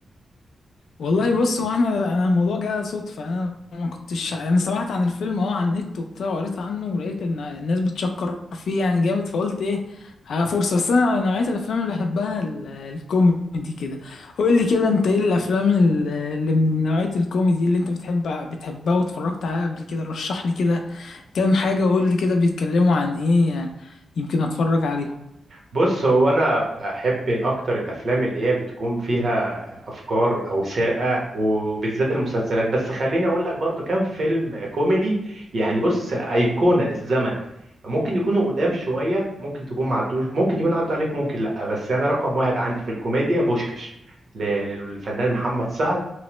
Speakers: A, on the left; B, on the right.
A: والله بص هو احنا انا الموضوع جه صدفه انا ما كنتش انا سمعت عن الفيلم اه على النت وبتاع وقريت عنه ولقيت ان الناس بتشكر فيه يعني جامد فقلت ايه ها فرصه بس انا نوعيه الافلام اللي بحبها ال- الكوميدي كده قول لي كده انت ايه الافلام ال- اللي من نوعيه الكوميدي اللي انت بتحب بتحبها واتفرجت عليها قبل كده رشح لي كده كام حاجه وقول لي كده بيتكلموا عن ايه يمكن اتفرج عليهم
B: بص هو انا بحب اكتر الافلام اللي هي بتكون فيها افكار او سرقه وبالذات المسلسلات بس خليني اقول لك برضو كام فيلم كوميدي يعني بص ايقونه للزمن ممكن يكونوا قدام شويه ممكن تكون معدوش ممكن يكون عدوا عليك ممكن لا بس انا رقم واحد عندي في الكوميديا بوشكش ل- للفنان محمد سعد